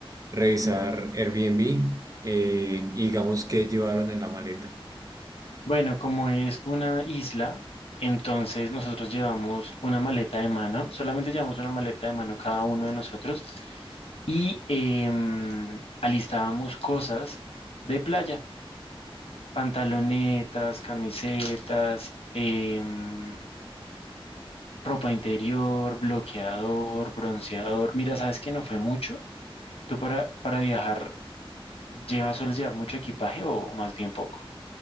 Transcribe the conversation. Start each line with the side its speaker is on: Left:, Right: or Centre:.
Right: Revisar Airbnb eh, y digamos qué llevaron en la maleta.
Left: Bueno, como es una isla, entonces nosotros llevamos una maleta de mano. Solamente llevamos una maleta de mano cada uno de nosotros y em, alistábamos cosas de playa. pantalonetas, camisetas, em, ropa interior, bloqueador, bronceador. Mira, ¿sabes que no fue mucho? ¿Tú para, para viajar llevas, sueles llevar mucho equipaje o más bien poco?